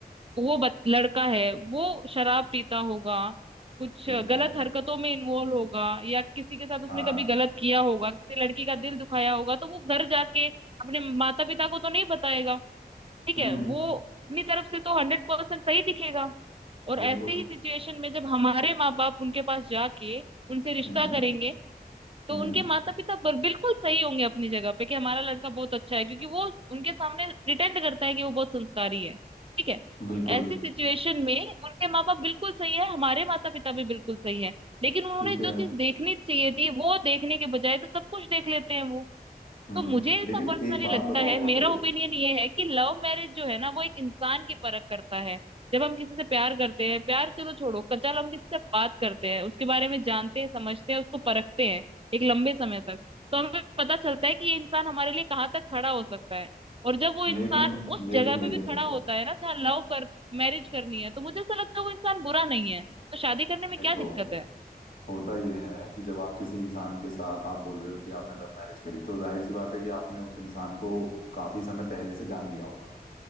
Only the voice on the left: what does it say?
ठीक है
हाँ
हम्म
बिल्कुल
हम्म
हम्म
बिल्कुल
ठीक
है
हम्म
लेकिन
एक बात
बताओ
यहाँ
पे
लेकिन
लेकिन
लेकिन
लेकिन
देखो
होता यह है कि जब आप किसी इंसान के साथ आप बोल रहे हो कि आपने लव मैरिज करी तो जाहिर सी बात है कि आपने उस इंसान को काफी समय पहले से जान लिया होगा